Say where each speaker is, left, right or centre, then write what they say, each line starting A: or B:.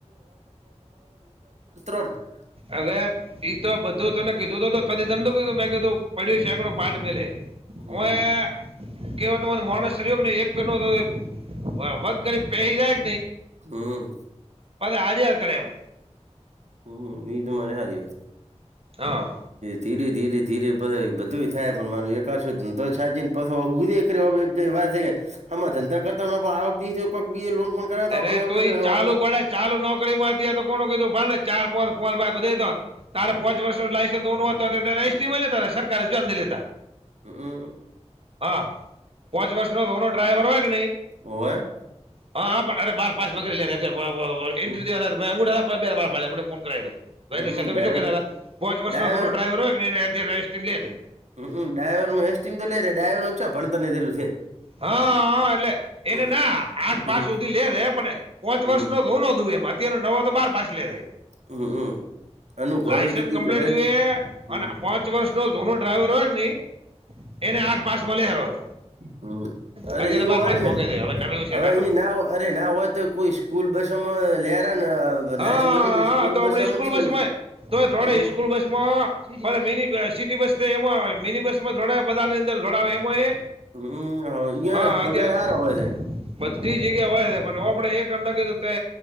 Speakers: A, on the right; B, on the right.
A: <unintelligible> <unintelligible>
B: અરે ઈ તો બધું તને કીધું તો ત તને કીધું મેં કીધું પડ્યું <unintelligible> પાઠ મેલે
A: હમ
B: <unintelligible>
A: હમ
B: કેવા તમા મોણસર્યો કે ને એક પેનો વક કરી પહેરી જાય.
A: હમ.
B: હાલાયા કરે એમ.
A: હમ્મ, એ તો મને <unintelligible>
B: હા.
A: ધીરે ધીરે ધીરે પર બધું થાય પણ મારું એક કરશું તો સાજ પાછ હુંજ કર્યો વાત છે આમાં ધંધા કરતા નો ફા બીજે કોક લોન પણ કરાવે
B: અરે
A: તો આપણને
B: તું
A: ખબર
B: ઈ
A: કે
B: ચાલુ
A: આપણે
B: ગોડા ચાલુ નોકરી માં ત્યારે તો કોણ કીધું ભ ને ચાર પો પો ભન લ બધ તો તારે પોચ વર્ષ. લાયસન્સ દો હતા એસટીમાં લે હતા સરકારને અંદ લે હતા.
A: હમ
B: હા, પોંચ વર્ષ નો ધોનો ડ્રાઈવર હોય કે નહી?
A: હોય.
B: હા પણ અરે બાર પાસ વગેરે લે
A: હમ
B: એન્ટ્રી દે હતા અંગુઠા હતા. આપડે ફો કરાઈ દો
A: હમ
B: શું
A: ડાયવર
B: કેતા તા? પાંચ વર્ષનો
A: ડાયવર
B: ડ્રાઈવર હોય <inaudible>
A: હું કુ ડાઈવર નો એસીમ તો લે ડ્રાઈવર નો છો ભણ તરને જરૂર છે.
B: હા હા એટલે
A: હમ
B: એને ના આઠ
A: હમ
B: પાંચ સુધી લે રે પણ પોચ
A: હમ
B: વર્ષ નો રો ન દું એમાં. અત્યાર નવો તો બાર પાસ લેરે.
A: <unintelligible> અનુભવી
B: લાયસન્સ
A: તદું
B: કમ્પ્લીટ
A: જરાય
B: જોએ
A: હમ
B: અને પાંચ વર્ષ નો જૂનો ડ્રાઈવર હોય કે નહી એને આઠ પાંચ મળલે હે.
A: હમ્મ અરે
B: અત્યારે
A: ઈ
B: તો બાર
A: હોય
B: પાસ મોંઘે
A: ને
B: છે હવે નવી વિશે
A: હવે
B: તો
A: ઈ ના હો અરે ના હોય તો કોઈ સ્કૂલ બસોમાં લેરા ને
B: હા
A: લાયસન્સ બાયસન્સ સ્કૂલ
B: આ તો
A: બસોમાં
B: આપડે સ્કૂલ
A: ચીયુ
B: બસમાંય
A: ને
B: તો ધોડે
A: હમ
B: સ્કૂલ બસ માં મિની સિટી બસ એમાં મિની બસ માં જોડાવે બધા ની અંદર જોડાવે એમાં એ
A: હમ ઈયા
B: હા અત્યા
A: પગાર હારો હોય છે.
B: બધી જગ્યા હોય છે પણ આપડે એક અંદર કીધું તે